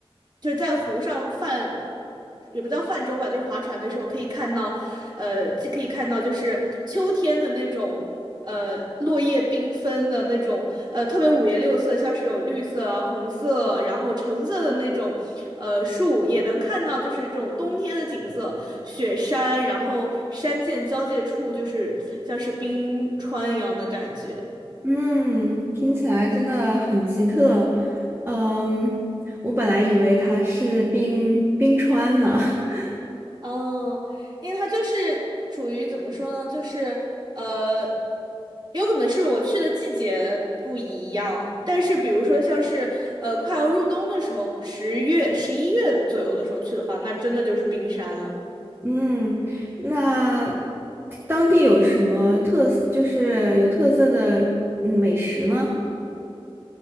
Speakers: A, on the right; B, on the right.
A: 就是在湖上泛，也不叫泛舟吧，就是划船的时候可以看到，呃，就可以看到就是秋天的那种，呃，落叶缤纷的那种，呃，特别五颜六色，像是有绿色啊、红色，然后橙色的那种，呃，树，也能看到就是这种冬天的景色，雪山，然后山涧交界处就是像是冰川一样的感觉。
B: 嗯，听起来真的很奇特。嗯，我本来以为它是冰冰川呢。<laughs>
A: 嗯，因为它就是处于怎么说呢，就是呃，有可能是我去的季节不一样，但是比如说像是呃快要入冬的时候，十月、十一月左右的时候去的话，那真的就是冰山了。
B: 嗯，那当地有什么特色，就是有特色的嗯美食呢？